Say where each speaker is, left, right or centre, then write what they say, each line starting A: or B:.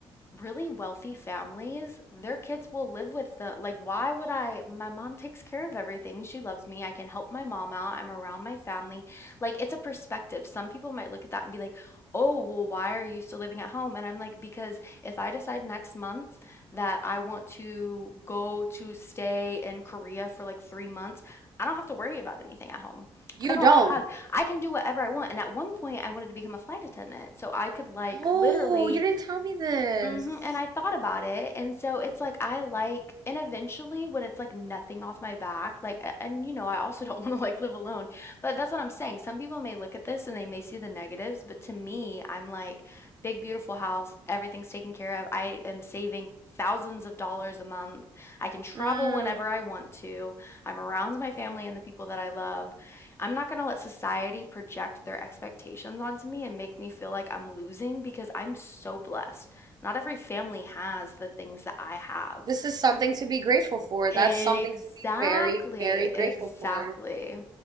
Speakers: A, on the left (about 25°); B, on the right (about 45°).
A: really wealthy families, their kids will live with the like why would I my mom takes care of everything. She loves me. I can help my mom out. I'm around my family. Like it's a perspective. Some people might look at that and be like, "Oh, well why are you still living at home?" And I'm like, "Because if I decide next month that I want to go to stay in Korea for like 3 months, I don't have to worry about anything at home.
B: You
A: I don't
B: don't.
A: have I can do whatever I want." And at one point I wanted to become a flight attendant. So I could like
B: Oh,
A: literally
B: you didn't tell me this.
A: Mhm, and I thought about it, and so it's like I like and eventually when it's like nothing off my back, like a- and you know, I also don't <laughs> want to like live alone. But that's what I'm saying. Some people may look at this and they may see the negatives, but to me, I'm like big beautiful house, everything's taken care of. I am saving thousands of dollars a month. I can travel
B: Mm,
A: whenever I want to. I'm around my family and the people that I love. I'm not going to let society project their expectations onto me and make me feel like I'm losing because I'm so blessed. Not every family has the things that I have.
B: this is something to be grateful for.
A: Exactly,
B: That's something to be very, very grateful
A: exactly.
B: for.